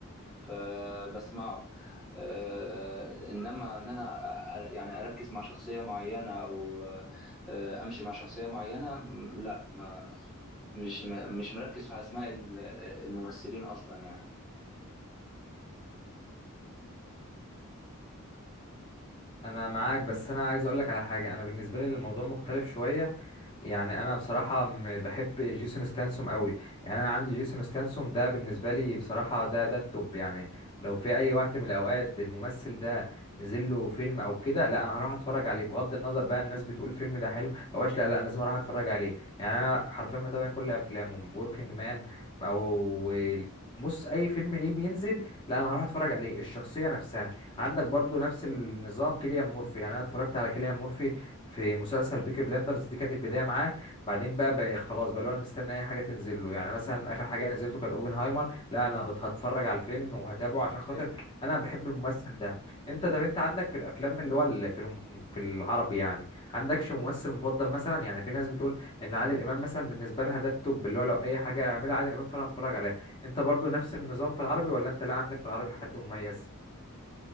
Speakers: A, in the centre; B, on the left.
A: فبسمعه آه، انما ان انا أ- أ- يعني اركز مع شخصيه معينه او آه، امشي مع شخصيه معينه لا ما مش م- مش مركز في اسماء ال- الممثلين اصلا يعني
B: انا معاك بس انا عايز اقول لك على حاجة انا بالنسبة لي الموضوع مختلف شوية يعني انا بصراحه م- بحب جيسون ستانسوم قوي يعني انا عندي جيسون ستانسوم ده بالنسبه لي بصراحه ده ده التوب يعني لو في اي وقت من الاوقات الممثل ده نزل له فيلم او كده لا انا هروح اتفرج عليه بغض النظر بقى الناس بتقول فيلم ده حلو او وحش لا لا أنا لازم اروح اتفرج عليه يعني انا حرفيا بتابع كل افلامه وركينج مان او ال- بص اي فيلم ليه بينزل لا انا هروح اتفرج عليه الشخصيه نفسها عندك برضو نفس النظام كيليان مورفي يعني انا اتفرجت على كيليان مورفي في مسلسل بيكي بلاندرز دي كانت البدايه معاه بعدين بقى, بقى خلاص بقى اللي هو انا مستني اي حاجه تنزل له يعني مثلا اخر حاجه نزلت له كانت اوبنهايمر لا انا بت- هتفرج على الفيلم وهتابعه عشان خاطر
A: ايوه
B: انا بحب الممثل ده انت طب انت عندك في الافلام اللي هو ال- في الم- في العربي يعني عندكش ممثل مفضل مثلا يعني في ناس بتقول ان عادل امام مثلا بالنسبه لها ده التوب اللي هو لو اي حاجه يعملها عادل امام فانا هتفرج عليها انت برضو نفس النظام في العربي ولا انت لا عندك في العربي حد مميز